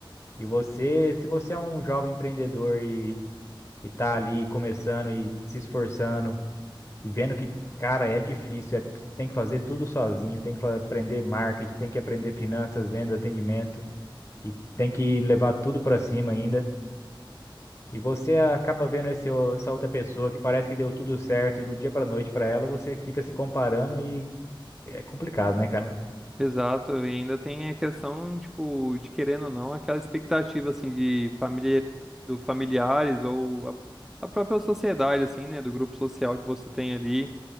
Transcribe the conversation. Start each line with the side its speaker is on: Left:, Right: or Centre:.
Left: E você, se você é um jovem empreendedor e está ali começando e se esforçando, e vendo que, cara, é difícil, é, tu- tem que fazer tudo sozinho, tem que fa- aprender marketing, tem que aprender finanças, vendas, atendimento, e tem que levar tudo pra cima ainda. E você acaba vendo esse o- essa outra pessoa que parece que deu tudo certo do dia pra noite pra ela, você fica se comparando e é complicado, né, cara?
Centre: Exato, e ainda tem a questão, tipo, de querendo ou não, aquela expectativa, assim, de familiar, do familiares ou a, a própria sociedade, assim, né, do grupo social que você tem ali,